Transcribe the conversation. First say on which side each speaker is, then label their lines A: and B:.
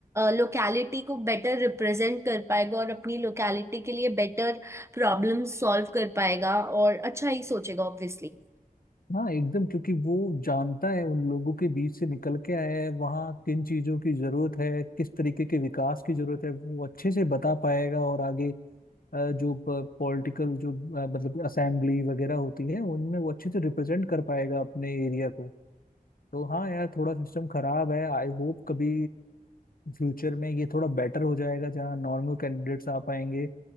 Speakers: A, on the right; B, on the left.
A: लोकैलिटी को बेटर रिप्रेजेंट कर पाएगा और अपनी लोकैलिटी के लिए बेटर प्रॉब्लम सॉल्व कर पाएगा और अच्छा ही सोचेगा ऑब्वियसली
B: हाँ एकदम क्योंकि वो जानता है उन लोगों के बीच से निकल के आया है वहाँ किन चीजों की जरूरत है किस तरीके के विकास की जरूरत है वो अच्छे से बता पाएगा और आगे अ, जो पॉलिटिकल जो अ, मतलब असेंबली वगैरह होती है उनमें वो अच्छे से रिप्रेजेंट कर पाएगा अपने एरिया को तो हाँ यार थोड़ा सिस्टम खराब है आई होप कभी फ्यूचर में ये थोड़ा बेटर हो जाएगा जहाँ नॉर्मल कैंडिडेट्स आ पाएंगे